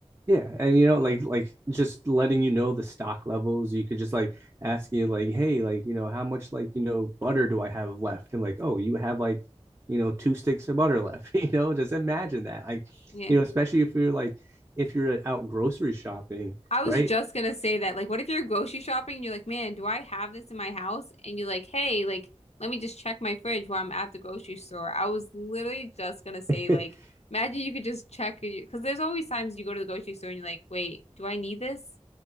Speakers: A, on the right; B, on the left.
A: Yeah, and you know, like like just letting you know the stock levels. You could just like ask you like, hey, like you know, how much like you know butter do I have left? And like, oh, you have like you know two sticks of butter left. <laughs> You know, just imagine that. Like,
B: Yeah.
A: you know, especially if you're like if you're out grocery shopping,
B: I was
A: right?
B: just gonna say that, like, what if you're grocery shopping and you're like, man, do I have this in my house? And you're like, hey, like, let me just check my fridge while I'm at the grocery store. I was literally just gonna say,
A: <laughs>
B: like, imagine you could just check, because there's always times you go to the grocery store and you're like, wait, do I need this?